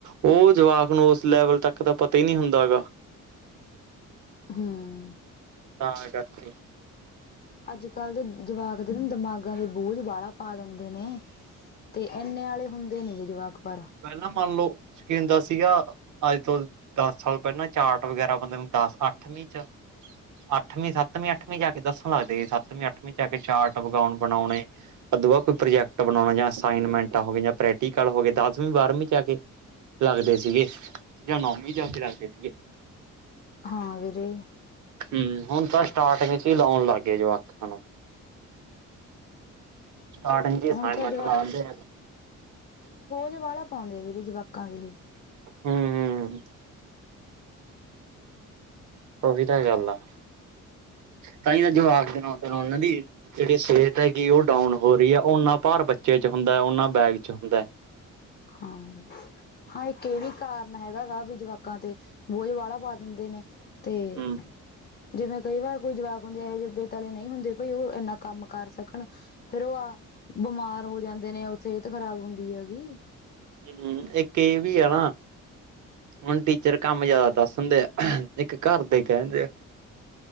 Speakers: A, on the right (about 65°); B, on the left (about 35°).
A: ਓ ਜਵਾਕ ਨੂੰ ਓਸ ਲੈਵਲ ਤੱਕ ਤਾ ਪਤਾ ਹੀ ਨਹੀ ਹੁੰਦਾ ਹੈਗਾ।
B: ਹਾਂ।
A: ਤਾਂ ਕਰਕੇ।
B: ਅੱਜ-ਕੱਲ ਦੇ ਜਵਾਕ ਦੇ ਦਿਮਾਗਾਂ ਨੂ ਬੋਝ ਬਾੜਾ ਪਾ ਦਿੰਦੇ ਨੇ। ਤੇ ਏਂਨੇ ਆਲੇ ਹੁੰਦੇ ਨੀ ਗੇ ਜਵਾਕ ਪਰ।
A: ਪੈਲਾਂ ਮੰਨ ਲਓ ਸਕਿਨ ਦਾ ਸੀਗਾ, ਅੱਜ ਤੋ ਦਸ ਸਾਲ ਪੈਲਾਂ ਚਾਰਟ ਵਗੈਰਾ ਬੰਦੇ ਨੂੰ ਦਸ, ਅੱਠ ਵੀ ਚ ਅੱਠਵੀ, ਸੱਤਵੀ-ਅੱਠਵੀਂ ਜਾ ਕੇ ਦੱਸਣ ਲੱਗਦੇ ਈ, ਸੱਤਵੀ-ਅੱਠਵੀ ਚ ਆ ਕੇ ਚਾਰਟ ਵਗਾਓਣ ਬਣਾਓਨੇ। ਅਦੂ ਕੋਈ ਪ੍ਰੋਜੈਕਟ ਬਣਾਓਣਾ ਜਾ ਅਸਾਈਨਮੈਂਟ ਹੋਗੀਆ, ਯਾ ਪ੍ਰੈਟਿਕਲ ਹੋਗੇ, ਦੱਸਵੀ-ਬਾਰਵੀਂ ਚ ਆ ਕੇ ਲੱਗਦੇ ਸੀਗੇ, ਯਾ ਨੌਵੀਂ ਚ ਜਾ ਕੇ ਲੱਗਦੇ ਸੀਗੇ।
B: ਹਾਂ ਵੀਰੇ।
A: ਹੁੰ, ਹੁਣ ਤਾਂ ਸਟਾਰਟਿੰਗ ਚ ਹੀ ਲਾਓਣ ਲੱਗ ਗਏ ਜਵਾਕਾ ਨੂੰ। ਸਟਾਰਟਿੰਗ ਚ ਹੀ ਅਸਾਈਨਮੈਟ
B: ਹੁਣ ਤਾਂ ਜਵਾਕ
A: ਲਾਂਦੇ ਐ।
B: ਵਾੜਾ ਪਾਓਂਦੇ ਵੀਰੇ ਜਵਾਕਾਂ ਦੇ ਏਹ।
A: ਹੂੰ। ਓਹੀ ਤਾ ਗੱਲ ਆ। ਤਾ ਹੀ ਓ ਜਵਾਕ ਦੇ ਨਾ ਓਨਾਂ ਦੀ ਐ। ਜੇੜੀ ਸੇਹਤ ਹੈਗੀ ਓਹ ਡਾਊਨ ਹੋ ਰਹੀ ਐ, ਓਨਾ ਭਾਰ ਬੱਚੇ ਚ ਹੁੰਦਾ ਓਨਾ ਬੈਗ ਚ ਹੁੰਦਾ।
B: ਹਾਂ, ਹਾਂ ਇੱਕ ਏ ਵੀ ਕਾਰ ਨ ਹੈਗਾ ਵਾ ਜਵਾਕਾਂ ਤੇ ਬੋਝ ਵਾੜਾ ਪਾ ਦਿੰਦੇ ਨੇ। ਤੇ
A: ਹੂੰ
B: ਜਿਵੇ ਕਈ ਵਾਰ ਕੋਈ ਜਵਾਕ ਹੁੰਦੇ ਇਹੋ ਜਿਹੇੇ ਬੇਤਲੇ ਨਹੀ ਹੁੰਦੇ, ਭਈ ਓਹ ਏਨਾ ਕੰਮ ਕਰ ਸਕਣ। ਫੇਰ ਉਹ ਆ ਬਿਮਾਰ ਹੋ ਜਾਂਦੇ ਨੇ ਉਹ ਫੇਰ ਸਿਹਤ ਖ਼ਰਾਬ ਹੁੰਦੀ ਹੈਗੀ।
A: ਹੁ ਹੁੰ ਏਕ ਏ ਵੀ ਆ ਨਾ। ਹੁਣ ਟੀਚਰ ਕੰਮ ਜਿਆਦਾ ਦੱਸ ਉਂਦੇ ਐ ਇੱਕ ਘਰ ਦੇ ਈ ਕੈ ਦੇ ਆ।